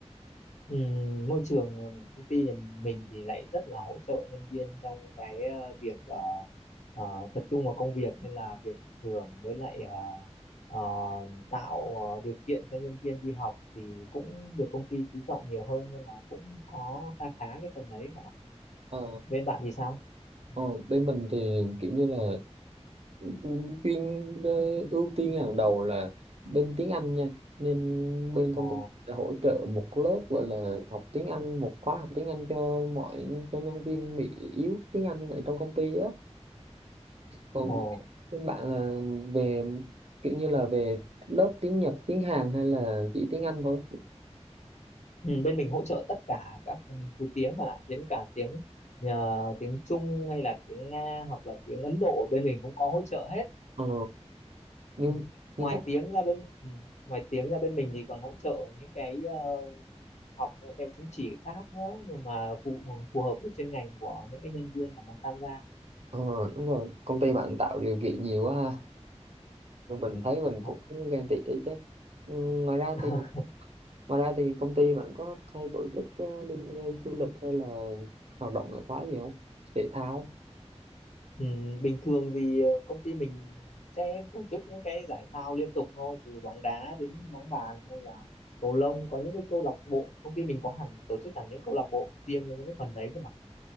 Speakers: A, on the left (about 85°); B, on the right (about 65°).
A: Ừm, môi trường công ty nhà mình thì lại rất là hỗ trợ nhân viên trong cái ờ, việc ờ, ờ, tập trung vào công việc nên là việc thưởng với lại ờ, ờ, tạo ờ, điều kiện cho nhân viên đi học thì cũng được công ty chú trọng nhiều hơn nên là cũng có khá khá cái phần đấy bạn ạ.
B: ờ,
A: Bên bạn thì sao?
B: ờ,
A: Ừ.
B: bên mình thì kiểu như là ừ, chuyên ờ, ưu tiên hàng đầu là bên tiếng Anh nha nên bên công
A: Ồ,
B: ty đã hỗ trợ một lớp gọi là học tiếng Anh một khóa học tiếng Anh cho mọi cho nhân viên bị yếu tiếng Anh ở trong công ty á còn
A: ồ.
B: bên bạn là về kiểu như là về lớp tiếng Nhật tiếng Hàn hay là chỉ tiếng Anh thôi
A: Ừ, bên mình hỗ trợ tất cả các thứ tiếng bạn ạ, đến cả tiếng nhờ tiếng Trung hay là tiếng Nga hoặc là tiếng Ấn Độ bên mình cũng có hỗ trợ hết
B: Ờ như
A: Ừ.
B: như
A: Ngoài
B: khách
A: tiếng ra bên ừ. Ngoài tiếng ra bên mình thì còn hỗ trợ những cái ờ, học những cái chứng chỉ khác nữa mà phù phù hợp với chuyên ngành của những cái nhân viên mà muốn tham gia.
B: ờ đúng rồi công ty bạn tạo điều kiện nhiều quá ha Rồi mình thấy mình
A: Ồ.
B: cũng ghen tị đấy chứ Ừ, ngoài ra
A: <laughs>
B: thì ngoài ra thì công ty bạn có hay tổ chức ờ, đi ờ, du lịch hay là hoạt động ngoại khóa gì không thể thao
A: Ừ, bình thường thì ờ, công ty mình sẽ tổ chức những cái giải thao liên tục thôi từ bóng đá đến bóng bàn hay là cầu lông có những cái câu lạc bộ công ty mình có hẳn tổ chức hẳn những câu lạc bộ riêng cho những cái phần đấy cơ mà